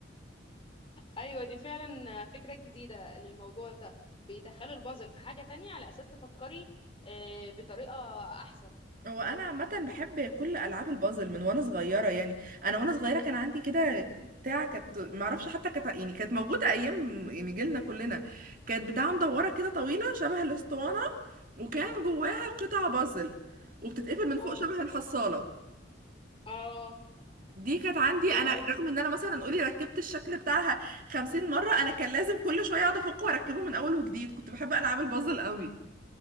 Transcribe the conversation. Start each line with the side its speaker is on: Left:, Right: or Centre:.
Left: ايوه دي فعلا فكره جديده للموضوع ده بيدخلوا البازل في حاجه تانية على اساس تفكري آه، بطريقه احسن
Right: هو انا عامه بحب كل العاب البازل من وانا صغيره يعني انا وانا صغيره كان عندي كده بتاع كانت ما اعرفش حتى كانت يعني كانت موجوده ايام يعني جيلنا كلنا كانت بتاع مدوره كده طويله شبه الاسطوانه وكان جواها قطع بازل وبتتقفل من
Left: اه
Right: فوق شبه الحصاله
Left: اه
Right: دي كانت عندي
Left: وتقعدي
Right: انا رغم ان انا مثلا قولي ركبت الشكل بتاعها خمسين مره انا كان لازم كل شويه اقعد افكه واركبه من اول وجديد كنت بحب العاب البازل قوي